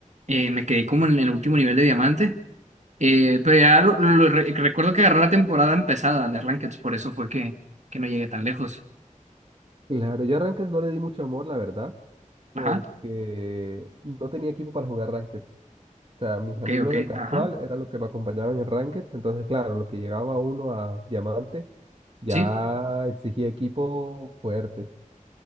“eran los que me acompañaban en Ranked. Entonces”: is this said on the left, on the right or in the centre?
Right